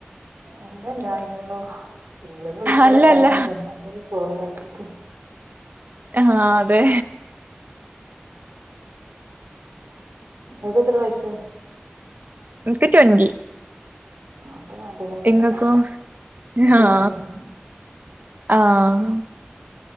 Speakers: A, on the right; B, on the right.
A: അല്ലല്ല നിങ്ങളോ നിങ്ങളന്ന് വിളിക്കളും
B: അല്ലല്ല
A: <unintelligible> ക്കെ
B: ആഹ അതെ
A: എകത്ര വയസ്സ
B: ഇൻക്ക്‌ ട്വന്ന്ന്റി
A: ആഹ് അപ്പൊ ഞാൻ തന്നെ മൂത്തത്
B: എങ്ങക്കോ
A: ട്വന്റി
B: ആഹ
A: വൺ
B: ആഹ